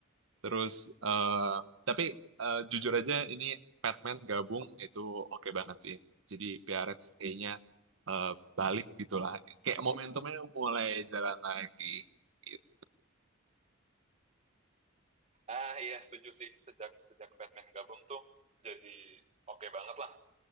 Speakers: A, on the right; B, on the right.
A: Terus, eh tapi eh, jujur aja ini Batman gabung itu oke banget sih. Jadi PRX kayaknya eh, balik gitulah. Kayak momentumnya mulai jalan lagi. Gitu.
B: Ah iya setuju sih sejak sejak Batman gabung tuh jadi oke okay banget lah